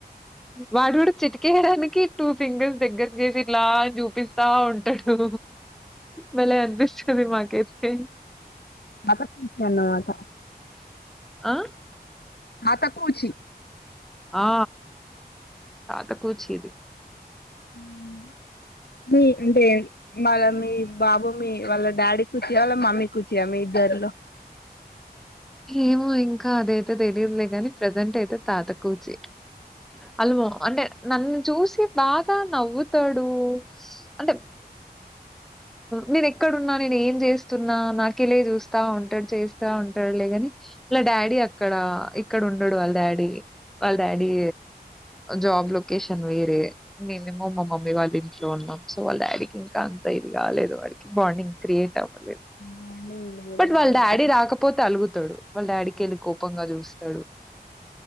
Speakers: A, in the centre; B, on the left (about 70°).
A: వాడు కూడా చిటికేయడానికి టూ ఫింగర్స్ దగ్గర చేసి ఇట్లా అని చూపిస్తా ఉంటాడు భలే అనిపిస్తది మాకైతే
B: అనిపిస్తది అన్నమాట
A: ఆ
B: తాత కూచి
A: ఆ తాత కూచి
B: ఉ మీ అంటే వాళ్ళ మీ బాబు మీ వాళ్ళ డాడీ కూచా మమ్మీ కూచ ఇగ మీ ఇద్దరిలో
A: ఏమే ఇంకా అదయితే తెలియదులే ని ప్రెజెంట్ అయితే తాత కూచి కూచి అల్వ అంటే నన్ను చూసి బాగా నవ్వుతాడు అంటే నేను ఎక్కడున్నా నేను ఏం చేస్తున్నా నాకెలే చూస్తా ఉంటాడు చేస్తా ఉంటాడు లేని వాళ్ళ డాడీ అక్కడ ఇక్కడ ఉండడు వాళ్ళ డాడీ వాళ్ళ డాడీ జాబ్ లొకేషన్ వేరే మీమేమో మా మమ్మీ వాళ్ళ వాళ్ళ ఇంట్లో ఉన్నాం సో వాళ్ళ డాడీకి ఇంకా అంత ఇది కాలేదు వాడికి బాండింగ్ క్రియేట్ అవ్వలేదు
B: బాండింగ్ లేదన్నమాట
A: బట్ వాళ్ళ డాడీ రాకపోతే అలుగుతాడు వాళ్ళ డాడీకి వెళ్ళి కోపంగా చూస్తాడు